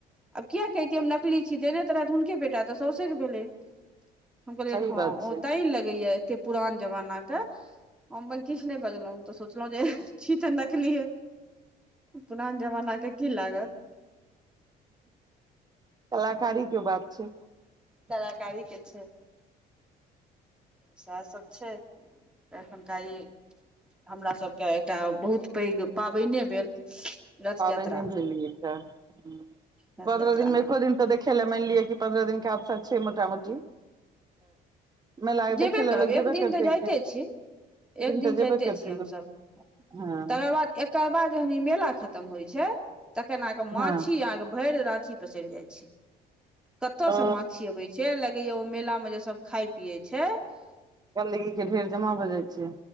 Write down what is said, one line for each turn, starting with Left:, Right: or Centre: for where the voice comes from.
Centre: आब किए कहितियै हम नकली छी देने त रहथि हुनके बेटा तऽ साउसे केभेलै हम कहलियै
Right: सही
Centre: हँ
Right: बात
Centre: ओ
Right: छै
Centre: ते लगैया एते पुरान जमाना के किछ नहि बजलौं तऽ सोचलहु जे छी तऽ नकली ह पुरान जमाना के की लागत
Right: कलाकारी के बात छै
Centre: कलाकारी के छै सएह सभ छै एखुनका ई हमरा सभके एकटा बहुत पैघ पाबनि भेल रथ
Right: पाबनि
Centre: यात्रा
Right: भेलिय एकटा तऽ
Centre: रथ
Right: पन्द्रह
Centre: यात्रामे
Right: दिन मे एको दिन तऽ देखै लए मानि लिअ कि पन्द्रह दिन के आवसाद छै मोटा मोटी मेला
Centre: जेबे
Right: देखै लए
Centre: करब
Right: लोक
Centre: एक
Right: जेबे
Centre: दिन
Right: करतै
Centre: तऽ जाइते
Right: एक
Centre: छी एक
Right: तऽ
Centre: दिन
Right: जेबे
Centre: जाइते
Right: करतै
Centre: छीयै हमसभ
Right: लोक हँ
Centre: तकर बाद एक तकर बाद जहन ई मेला खतम होइ छै तखन आके माछी
Right: हँ
Centre: आहाँ के भरि राखी पसरि जाइ छै कतऽ
Right: ओ
Centre: से माछी अबे छै लगेया ओ मेला मे जे सब खाय पिये छै छै
Right: गंदगी के ढेर जमा भए जाइ छै